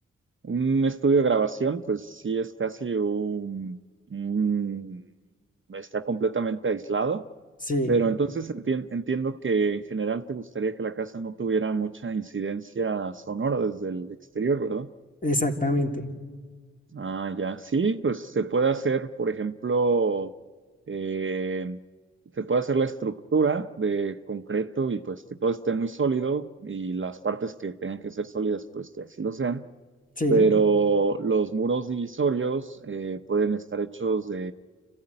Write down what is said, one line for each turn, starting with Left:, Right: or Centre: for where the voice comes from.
Right: un estudio de grabación, pues sí es casi un, un- está completamente aislado,
Left: Sí,
Right: pero entonces entien- entiendo que en general te gustaría que la casa no tuviera mucha incidencia sonora desde el exterior, ¿verdad?
Left: exactamente.
Right: Ah, ya. Sí, pues se puede hacer, por ejemplo, eh, se puede hacer la estructura de concreto y pues que todo esté muy sólido y las partes que tengan que ser sólidas, pues que así lo sean.
Left: Sí,
Right: Pero los muros divisorios eh, pueden estar hechos